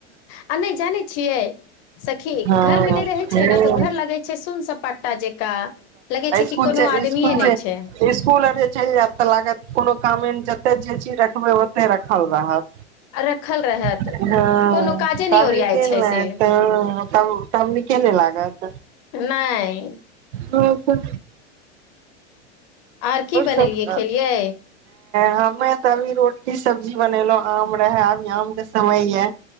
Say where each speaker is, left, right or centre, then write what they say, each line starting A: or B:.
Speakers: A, on the left; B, on the right.
A: आ नहि जानै छियै, सखी
B: हँ
A: घरमे नहि रहै
B: हँ
A: छै ने तऽ घर लगै छै सन सपाटा जका लगै छै कि
B: इकुल
A: कोनो
B: इसकुल
A: आदमीए नहि
B: इसकु
A: छै
B: इकूल आर जे चलि जायत ते लागत कोनो का जते जे चीज रखबे ओते रखल रहत
A: आ रखल रहत
B: ह
A: कोनो काजे
B: तिके
A: नहि ओरियाइ छै
B: ने
A: से
B: तब निके नहि लागत
A: नहि
B: ह
A: आर की बनेलियै
B: सब
A: खेलियै
B: हमे तऽ अभी रोटी सब्जी बनेलहुं आम रहे अभ आम के समय ये